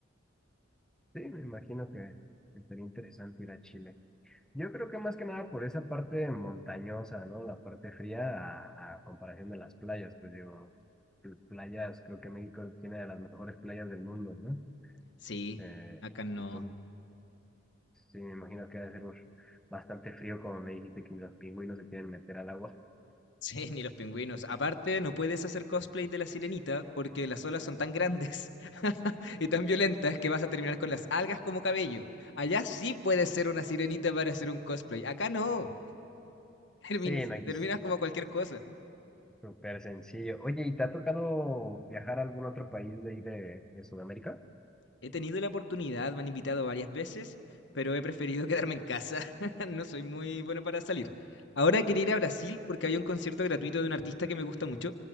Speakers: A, in the centre; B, on the left (about 60°).
A: sí, me imagino que que sería interesante ir a Chile. Yo creo que más que nada por esa parte montañosa, ¿no? La parte fría a, a comparación de las playas, pues digo, pl- playas, creo que México tiene de las mejores playas del mundo, ¿no?
B: Sí,
A: Eh,
B: acá no.
A: entonces,
B: <laughs>
A: sí, me imagino que debe ser uf, bastante frío, como me dijiste que ni los pingüinos se quieren meter al agua.
B: Sí, ni los pingüinos. Aparte, no puedes hacer cosplay de la sirenita porque las olas son tan grandes <laughs> y tan violentas que vas a terminar con las algas como cabello. Allá sí puedes ser una sirenita para hacer un cosplay. Acá no. Termin-
A: Sí,
B: <laughs>
A: no, aquí
B: terminas
A: es
B: como cualquier cosa.
A: súper sencillo. Oye, ¿y te ha tocado viajar a algún otro país de ahí de, de Sudamérica?
B: He tenido la oportunidad, me han invitado varias veces, pero he preferido <laughs> quedarme en casa. <laughs> No soy muy bueno para salir. Ahora quería ir a Brasil porque había un concierto gratuito de un artista que me gusta mucho,